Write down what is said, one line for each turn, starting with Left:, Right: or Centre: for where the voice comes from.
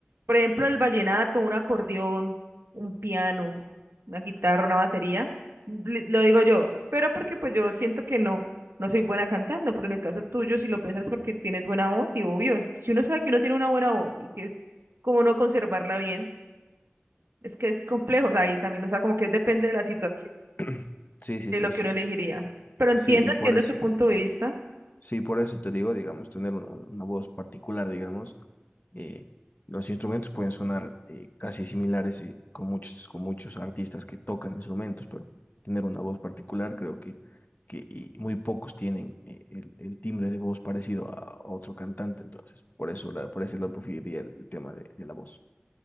Right: Por ejemplo, el vallenato, un acordeón, un piano, una guitarra, una batería. li- Lo digo yo, pero porque pues yo siento que no, no soy buena cantando, pero en el caso tuyo, si lo piensas porque tienes buena voz, y obvio, si uno sabe que uno tiene una buena voz y que es como no conservarla bien, es que es complejo de ahí también, o sea, como que depende de la situación,
Left: <clears throat> sí, sí,
Right: de
Left: sí,
Right: lo que
Left: sí,
Right: uno elegiría. Pero entiendo,
Left: sí, y por
Right: entiendo
Left: eso.
Right: tu punto de vista.
Left: Sí, por eso te digo, digamos, tener una, una voz particular, digamos, eh, los instrumentos pueden sonar eh, casi similares eh, con muchos, con muchos artistas que tocan instrumentos, pero tener una voz particular creo que, que y muy pocos tienen eh, el, el timbre de voz parecido a, a otro cantante, entonces por eso, la, por ese lado preferiría el tema de, de la voz.